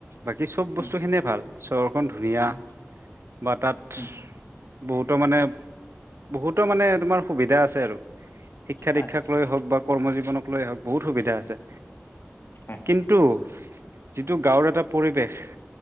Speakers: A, on the right; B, on the left.
A: বাকী চব
B: উম
A: বস্তু খিনিয়ে ভাল চহৰখন ধুনীয়া।
B: উম
A: বা তাত
B: উম
A: বহুতো মানে বহুতো মানে তোমাৰ সুবিধা আছে আৰু। শিক্ষা
B: হয়
A: দীক্ষাক লৈ হওঁক বা কৰ্ম জীৱনক লৈ হওঁক বহুত সুবিধা আছে।
B: হয়।
A: কিন্তু যিটো গাঁৱৰ এটা পৰিৱেশ